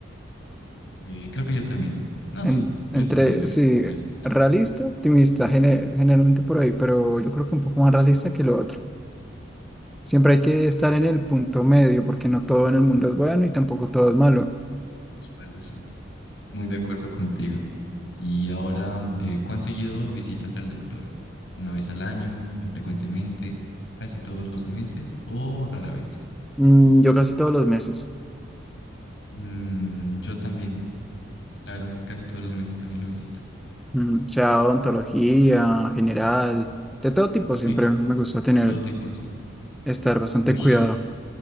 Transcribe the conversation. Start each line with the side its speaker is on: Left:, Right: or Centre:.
Left: Eh, creo que yo también. No,
Centre: En-
Left: sí, yo
Centre: entre,
Left: también, la
Centre: sí,
Left: verdad, realista.
Centre: realista, optimista, gene- generalmente por ahí, pero yo creo que un poco más realista que lo otro. Siempre hay que estar en el punto medio, porque no todo en el mundo es bueno y tampoco todo es malo.
Left: Los palos, sí. Muy de acuerdo contigo. Y ahora, eh, ¿cuán seguido visitas al doctor? ¿Una vez al año, muy frecuentemente, casi todos los meses o rara vez?
Centre: Mm, yo casi todos los meses,
Left: Mm, yo también. La verdad es que casi todos los meses también lo visito.
Centre: mm, sea odontología, general, de todo tipo, siempre
Left: Sí,
Centre: me gusta tener,
Left: de todo tipo, sí.
Centre: estar bastante
Left: Uy,
Centre: cuidado.